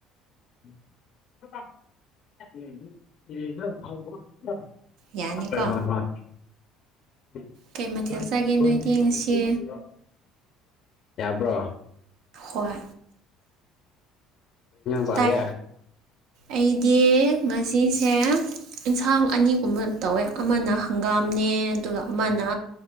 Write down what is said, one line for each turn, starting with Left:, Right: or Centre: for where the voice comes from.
Left: ꯍꯥꯎ
Right: ꯌꯥꯅꯤꯀꯣ
Left: ꯦ <unintelligible>
Right: ꯀꯩ ꯃꯊꯦꯜ ꯆꯥꯒꯦ ꯅꯣꯏꯗꯤ ꯉꯁꯤ
Left: ꯌꯥꯕ꯭ꯔꯣ
Right: ꯍꯣꯏ
Left: ꯁꯥꯒꯦ
Right: ꯇꯥꯏ ꯑꯩꯗꯤ ꯉꯁꯤꯁꯦ ꯌꯦꯟꯁꯥꯡ ꯑꯅꯤꯒꯨꯝꯕ ꯇꯧꯋꯦ ꯑꯃꯅ ꯍꯪꯒꯥꯝꯅꯦ ꯑꯗꯨꯒ ꯑꯃꯅ